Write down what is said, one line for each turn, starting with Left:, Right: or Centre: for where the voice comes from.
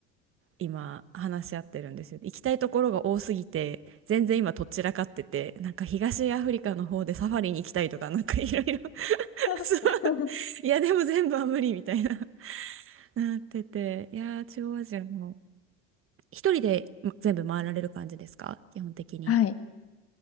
Right: 今話し合ってるんですよ。行きたいところが多すぎて、全然今とっちらかってて、なんか東アフリカの方でサファリに行きたいとか、なんかいろいろ <laughs> そう、
Left: <laughs>
Right: いや、でも全部は無理みたいな、なってて、いやー、中央アジアも。一人でま全部回られる感じですか基本的に。
Left: はい。